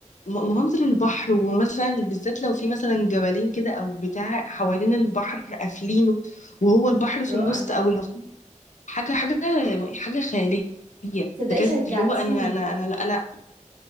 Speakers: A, on the left; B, on the right.
A: م- منظر البحر ومثلا بالذات لو في مثلا جبلين كده او بتاع حوالين البحر قافلينه وهو البحر في
B: رائع
A: النص
B: طبعا
A: او لو في حاجه حاجه حاجه خياليه
B: تصدقي
A: بجد
B: شجعتيني
A: اللي هو انا انا انا انا